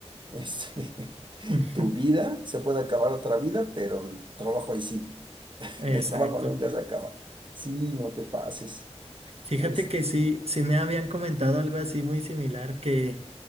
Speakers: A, on the right; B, on the right.
A: este, <laughs>
B: <laughs>
A: tu vida, se puede acabar otra vida, pero el trabajo ahí sigue. <laughs>
B: Exacto.
A: El trabajo nunca se acaba. Sí, no te pases.
B: Fíjate
A: Es
B: que sí, sí me habían comentado algo así muy similar que